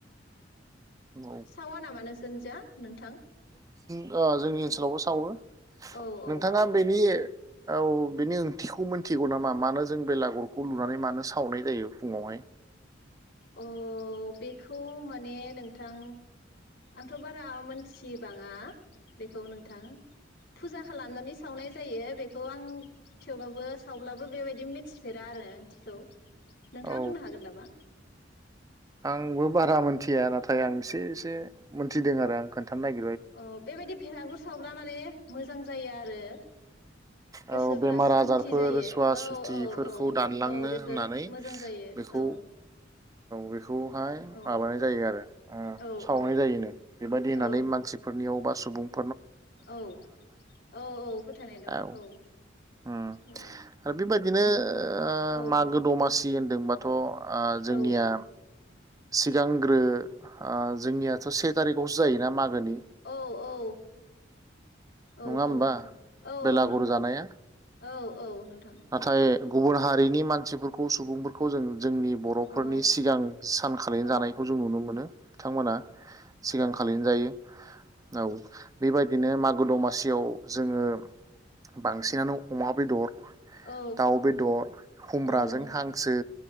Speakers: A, on the right; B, on the left.
A: औ
B: सावा नामा नोंसोरनिजा नोंथां?
A: अ जोंनि ओनसोलावबो सावो।
B: औ औ
A: नोंथाङा
B: औ
A: बेनि औ बेनि ओंथिखौ मोनथिगौ नामा मानो जों बेलागुरखौ लुनानै मानो सावनाय जायो फुङावहाय?
B: अ बेखौ माने नोंथां आंथ' बारा मोनथिबाङा बेखौ नोंथां फुजा खालामनानै सावनाय जायो बेखौ आं थेवबाबो सावब्लाबो बेबायदि मिथिफेरा आरो ओंथिखौ ।नोंथाङा
A: औ
B: बुंनो हागोन नामा?
A: आंबो बारा मोनथिया नाथाय आं एसे एसे मोनथिदों आरो आं खोन्थानाय
B: अ बेबायदि भेलागुर सावब्ला माने मोजां जायो आरो गोसोफोरा
A: औ बेमार
B: सान्थि
A: आजारफोर
B: जायो
A: सुवा
B: औ
A: सुतिफोरखौ
B: औ औ
A: दानलांनो
B: औ बेफोर
A: होननानै
B: मोजां जायो
A: बेखौ
B: औ
A: बेखौहाय
B: औ
A: माबानाय जायो आरो।
B: औ
A: सावनाय
B: औ
A: जायोनो बेबायदि होननानै
B: औ
A: मानसिफोरनियावबा <unintelligible>
B: औ औ औ फोथानाय दं।
A: ओम
B: औ औ
A: आरो बेबायदिनो
B: औ
A: मागो दमासि दोंबाथ अ जोंनिया
B: औ
A: सिगांग्रो जोंनियाथ से थारिखयावसो जायोना। मागोनि
B: औ औ। औ
A: नङा होमबा
B: औ नोंथां औ
A: बेलागुर
B: औ नोंथां
A: जानाया
B: औ औ नोंथां
A: नाथाय
B: औ।
A: गुबुन हारिनि मानसिफोरखौ सुबुंफोरखौ जों जोंनि बर'फोरनि
B: औ
A: सिगां सानखालिनो
B: औ
A: जानायखौ जों नुनो मोनो बिथांमोना सिगां खालिनो जायो। औ बेबायदिनो गु दमा दमासियाव जोङो बांसिनानो अमा बेदर
B: औ
A: दाउ बेदर खुमब्राजों
B: औ
A: हांसो